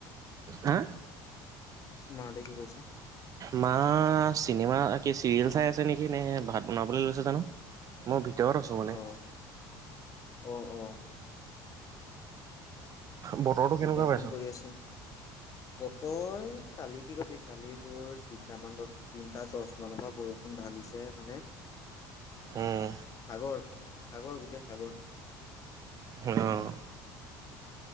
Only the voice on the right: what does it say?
হা
মা, চিনেমা কি চিৰিয়েল চাই আছে নেকি, নে ভাত বনাবলৈ লৈছে জানোঁ! মই ভিতৰত আছোঁ মানে।
বতৰটো কেনেকুৱা
পাইছ
উম
অঁ।